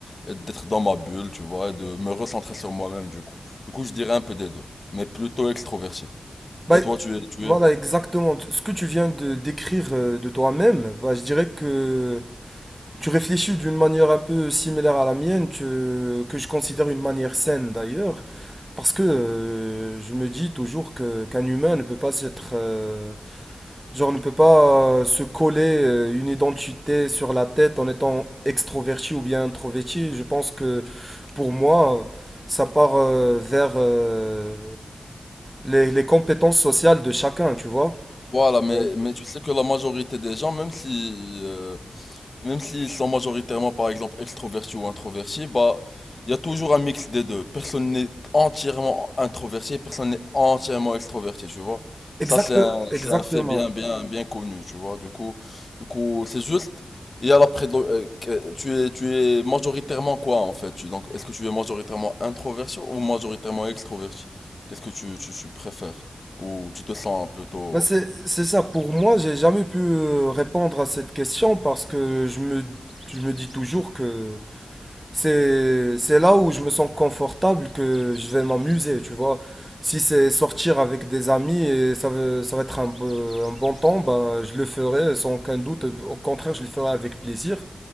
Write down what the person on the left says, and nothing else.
et d'être dans ma bulle, tu vois, et de me recentrer sur moi-même du coup. Du coup je dirais un peu des deux, mais plutôt extroverti.
Et toi tu es, tu
es?
Voilà, mais,
mais tu sais que la majorité des gens, même si, euh, même s'ils sont majoritairement, par exemple, extrovertis ou introvertis, bah, il y a toujours un mix des deux. Personne n'est entièrement introverti, et personne n'est entièrement extroverti, tu vois. Ça,
c'est un,
c'est un fait bien, bien, bien connu, tu vois. Du coup, du coup, c'est juste, il y a la prédo- euh, que- tu es, tu es majoritairement quoi, en fait? tu- donc, est-ce que tu es majoritairement introverti ou majoritairement extroverti? Qu'est-ce que tu, tu, tu préfères? Ou tu te sens plutôt...